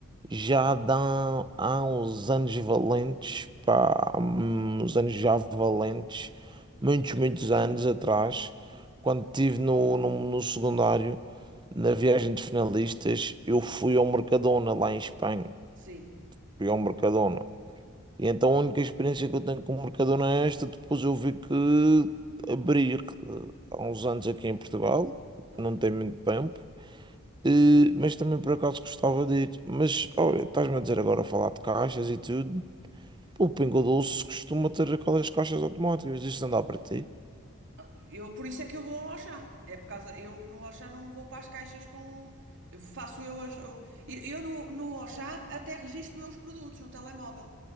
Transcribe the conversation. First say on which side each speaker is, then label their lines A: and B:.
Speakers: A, on the right; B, on the right.
A: Já dá, há uns anos valentes, pá, hum, uns anos já valentes,
B: Uhum.
A: muitos, muitos anos atrás, quando estive no, no, no secundário, na viagem de finalistas,
B: Ah,
A: eu fui ao Mercadona lá em Espanha.
B: sim.
A: Fui ao Mercadona. E então a única experiência que eu tenho com Mercadona é esta. Depois eu vi que abrir eh, há uns anos aqui em Portugal,
B: Aham.
A: não tem muito tempo, eh, mas também por acaso gostava de ir. Mas olha, estás-me a dizer agora a falar de caixas e tudo. O Pingo Doce costuma ter aquelas caixas automáticas, isto não dá para ti.
B: Ah, Eu, por isso é que eu vou ao Auchan. É por causa. Eu no Auchan não vou para as caixas com. eu faço eu as. Eu, eu eu no, no Auchan até registro eu os produtos no telemóvel.